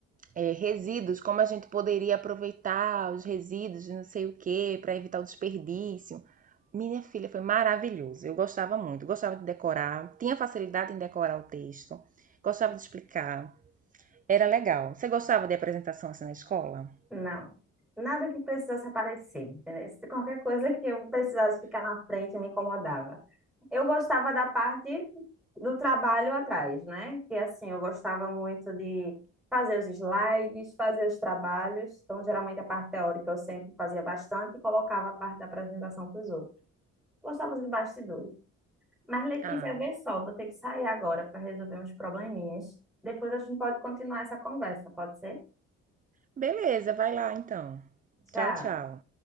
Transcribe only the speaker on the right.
é, resíduos, como a gente poderia aproveitar os resíduos de não sei o que para evitar o desperdício. Minha filha foi maravilhoso. Eu gostava muito, gostava de decorar, tinha facilidade em decorar o texto, gostava de explicar. Era legal. Você gostava de apresentação assim na escola?
Ah,
Beleza, vai lá então.
Tchau, tchau.